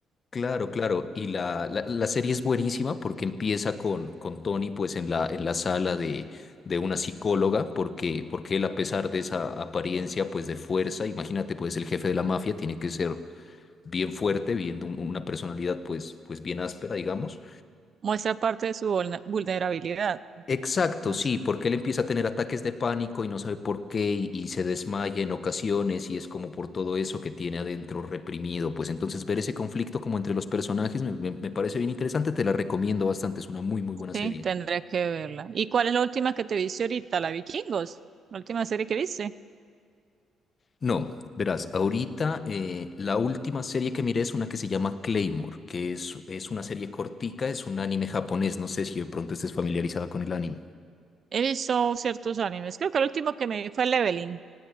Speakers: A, on the left (about 40°); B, on the right (about 50°).
A: Claro, claro. Y la, la, la serie es buenísima porque empieza con, con Tony pues en la, en la sala de, de una psicóloga porque, porque él a pesar de esa apariencia pues de fuerza, imagínate pues el jefe de la mafia tiene que ser bien fuerte, bien, un- una personalidad pues, pues bien áspera digamos.
B: Muestra parte de su vulna- vulnerabilidad.
A: Exacto,
B: Más-
A: sí, porque él empieza a tener ataques de pánico y no sabe por qué y, y se desmaya en ocasiones y es como por todo eso que tiene adentro reprimido. Pues entonces ver ese conflicto como entre los personajes me, me- me parece bien interesante, te la recomiendo bastante, es una muy muy buena
B: Sí,
A: serie.
B: tendré que verla. ¿Y cuál es la última que te viste ahorita? La Vikingos. La última serie que viste.
A: No, verás, ahorita eh, la última serie que miré es una que se llama Claymore, que es, es una serie cortica, es un anime japonés, no sé si de pronto estés familiarizada con el anime.
B: He visto ciertos animes. Creo que el último que me vi fue Leveling.